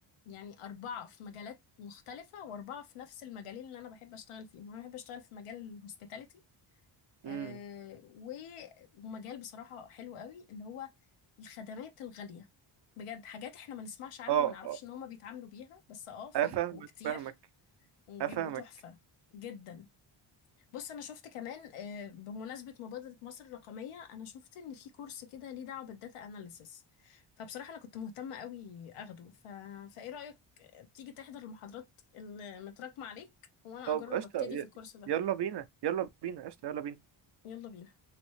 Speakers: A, on the left (about 80°); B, on the right (about 55°).
A: يعني أربعة في مجالات مختلفة وأربعة في نفس المجالين اللي أنا بحب أشتغل فيهم أنا بحب أشتغل في مجال الهوسبيتاليتي آه،
B: امم
A: و- ومجال بصراحة حلو قوي اللي هو الخدمات الغالية بجد حاجات احنا ما نسمعش عنها
B: اه
A: وما نعرفش
B: اه
A: ان هما بيتعاملوا بيها بس اه في
B: افهمك
A: وكتير
B: فاهمك
A: وبيبقوا
B: افهمك
A: تحفة جدا بص انا شفت كمان آه، بمناسبة مبادرة مصر الرقمية انا شفت ان في كورس كده ليه دعوة بالداتا اناليسس فبصراحة انا كنت مهتمة قوي اخده ف... فايه رأيك آه، تيجي تحضر المحاضرات اللي متراكمة عليك وانا
B: طب
A: اجرب
B: قشطة
A: ابتدي
B: ي-
A: في الكورس ده
B: يلا بينا يلا بينا قشطة يلا بينا
A: يلا بينا